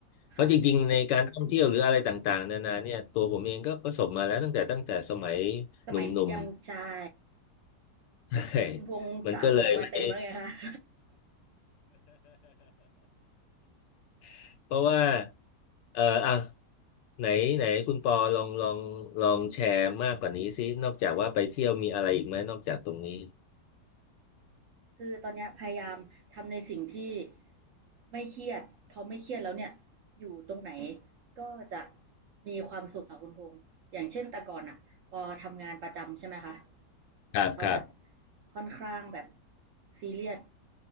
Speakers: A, on the left; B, on the right.
A: เพราะจริงๆในการท่องเที่ยวหรืออะไรต่างๆนานาเนี่ยตัวผมเองก็ประสบมาแล้วตั้งแต่ตั้งแต่สมัย
B: ค่ะสมัยยังใช่
A: หนุ่มๆ <laughs> ใช่
B: คุณพงษ์สะสมมาเต็มแล้วไงคะ
A: มันก็เลยไม่
B: <laughs>
A: <laughs> เพราะว่าเอออ่ะไหนไหนคุณปอลองลองลองแชร์มากกว่านี้สินอกจากว่าไปเที่ยวมีอะไรอีกไหมนอกจากตรงนี้
B: คือตอนเนี้ยพยายามทำในสิ่งที่ไม่เครียดพอไม่เครียดแล้วเนี่ยอยู่ตรงไหนก็จะมีความสุขค่ะคุณพงษ์อย่างเช่นแต่ก่อนอ่ะพอทำงานประจำใช่ไหมคะ
A: ครับครับ
B: แล้วแบบค่อนข้างแบบซีเรียส